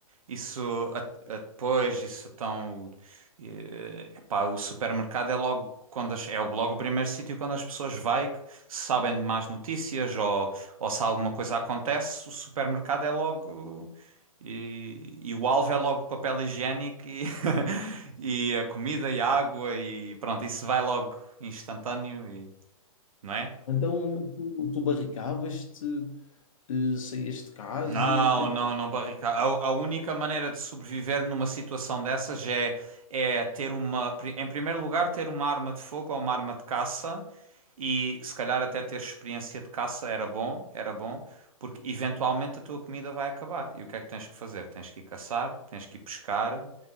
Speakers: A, on the right; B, on the left.
A: Isso a- a- depois, isso então, eh, epá, o supermercado é logo quando as- é logo o primeiro sítio quando as pessoas vai que sabem de más notícias ou, ou se alguma coisa acontece, o supermercado é logo e, e o alvo é logo papel higiênico e, <laughs> e a comida e a água e pronto, isso vai logo instantâneo e, não é?
B: Então, mas tu, tu barricavas-te, eh, saías de casa,
A: Não,
B: o que é
A: não, não, barricada. A, a única maneira de sobreviver numa situação dessas é, é ter uma, pri- em primeiro lugar, ter uma arma de fogo ou uma arma de caça e se calhar até ter experiência de caça era bom, era bom, porque eventualmente a tua comida vai acabar. E o que é que tens que fazer? Tens que ir caçar, tens que ir pescar.